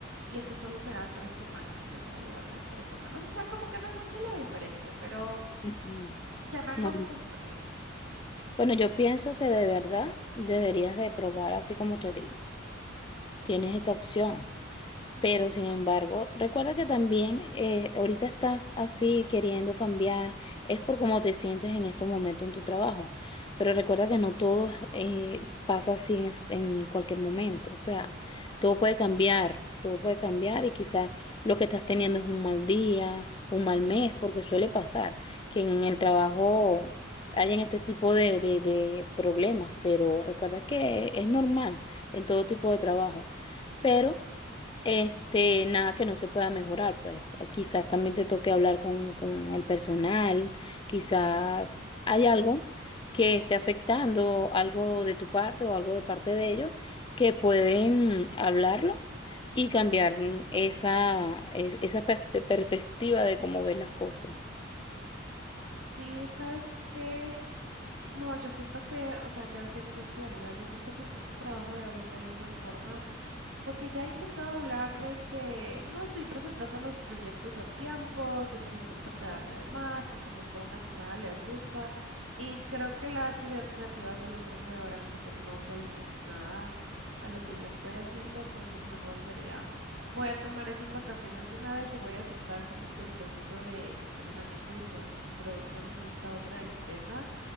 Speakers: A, on the right (about 85°); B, on the left (about 25°).
A: y este solo me da tres semanas, este nuevo lugar me da tres semanas, o sea, como que no es mucha la diferencia, pero
B: No,
A: ya me acostumbré.
B: no. Bueno, yo pienso que de verdad deberías de probar así como te digo. Tienes esa opción. Pero sin embargo, recuerda que también eh, ahorita estás así queriendo cambiar, es por cómo te sientes en estos momentos en tu trabajo. Pero recuerda que no todo eh, pasa así en, es- en cualquier momento. O sea, todo puede cambiar, todo puede cambiar y quizás lo que estás teniendo es un mal día, un mal mes, porque suele pasar que en el trabajo hayan este tipo de, de de problemas. Pero recuerda que es normal en todo tipo de trabajo. Pero este, nada que no se pueda mejorar, pues. Quizás también te toque hablar con, con el personal, quizás hay algo que esté afectando algo de tu parte o algo de parte de ellos que pueden hablarlo y cambiar mm, esa, es- esa perspe- perspectiva de cómo ver las cosas.
A: Sí, ¿sabes qué? No, yo siento que, o sea, ya tengo más claridad. Yo siento que en este trabajo de ahorita ya no hay forma Porque ya he intentado hablar de que no estoy presentando los proyectos a tiempo, siempre intento quedarme de más y como que aún así nada les gusta. Y creo que las ideas creativas de la empresa de ahora como que no se alinean nada a lo que yo estoy haciendo, entonces mejor sería, voy a tomar esas vacaciones de una vez y voy a aceptar como que el proceso de de entrenamiento y no- introducción en esta otra empresa